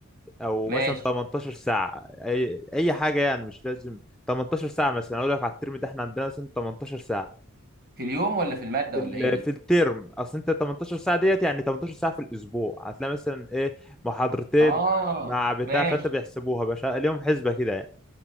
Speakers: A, in the centre; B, on the right.
A: او
B: ماشي
A: مثلا 18 ساعة اي اي حاجة يعني مش لازم 18 ساعة مثلا اقول لك على الترم ده احنا عندنا مثلا 18 ساعة
B: في اليوم ولا في الماده
A: في ال-
B: ولا ايه دي
A: في الترم اصل انت 18 ساعة ديت يعني 18 ساعة في الاسبوع هتلاقي مثلا ايه محاضرتين
B: اه
A: مع بتاع
B: ماشي
A: فانت بيحسبوها باشا ليهم حسبة كده يعني